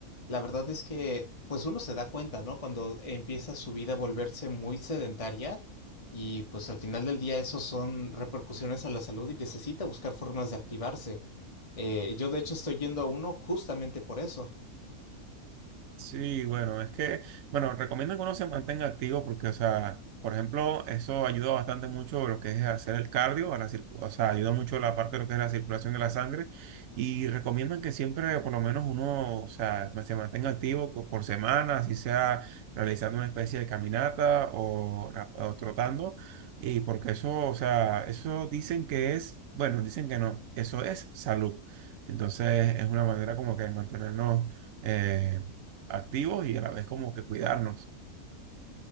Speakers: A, on the left (about 25°); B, on the right (about 70°).
A: La verdad es que pues uno se da cuenta, ¿no? Cuando empieza su vida a volverse muy sedentaria. Y pues al final del día eso son repercusiones a la salud y necesita buscar formas de activarse. Eh, yo de hecho estoy yendo a uno justamente por eso.
B: Sí, bueno, es que, bueno, recomiendo que uno se mantenga activo porque, o sea, por ejemplo, eso ayuda bastante mucho lo que es hacer el cardio, a la circu- o sea, ayuda mucho la parte de lo que es la circulación de la sangre y recomiendan que siempre, por lo menos uno, o sea, se mantenga activo co- por semana, así sea realizando una especie de caminata o, ra- o trotando y porque eso, o sea, eso dicen que es, bueno, dicen que no, eso es salud. Entonces, es una manera como que de mantenernos eh, activos y a la vez como que cuidarnos.